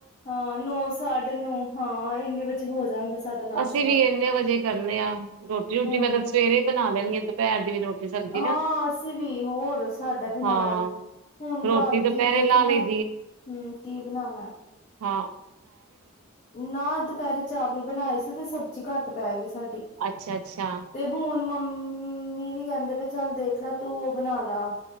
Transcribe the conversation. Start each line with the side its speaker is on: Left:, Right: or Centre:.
Left: ਹਾਂ, ਨੌ ਸਾਢੇ ਨੌ। ਹਾਂ, ਇੰਨੇ ਵਜੇ ਹੋ ਜਾਂਦਾ ਸਾਡਾ। ਨਾਸ਼ਤਾ
Right: ਅਸੀਂ ਵੀ ਇੰਨੇ ਵਜੇ ਕਰਨੇ ਆ। ਰੋਟੀ-ਰੋਟੀ
Left: ਹੂੰ।
Right: ਮੈਂ ਤਾਂ ਸਵੇਰੇ ਹੀ ਬਣਾ ਲੈਦੀ ਹਾਂ ਦੁਪਹਿਰ ਦੀ। ਵੀ ਰੋਟੀ ਸਬਜ਼ੀ
Left: ਹਾਂ,
Right: ਨਾ
Left: ਅਸੀਂ ਵੀ ਹੋਰ ਸਾਡਾ ਵੀ ਨਾਲ
Right: ਹਾਂ
Left: ਹੀ, ਹੁਣ
Right: ਰੋਟੀ
Left: ਰਾਤੀ
Right: ਦੁਪਹਿਰੇ
Left: ਦੇਖਦੇ
Right: ਲਾ ਲਈ
Left: ਹੂ, ਕੀ ਬਣਾਉਣਾ।
Right: ਹੂ,
Left: ਨਾ, ਦੁਪਹਿਰੇ ਚਾਵਲ ਬਣਾਏ ਸੀ। ਤੇ ਸਬਜ਼ੀ ਘੱਟ ਪੈ ਗਈ ਸੀ। ਸਾਡੀ।
Right: ਅੱਛਾ ਅੱਛਾ
Left: ਤੇ ਹੁਣ ਮੰਮੀ- ਹੂ, ਮੰਮੀ ਵੀ ਕਹਿੰਦੇ ਬਈ ਚੱਲ ਦੇਖ ਲੈ, ਤੂੰ ਉਹ ਬਣਾ ਲਾ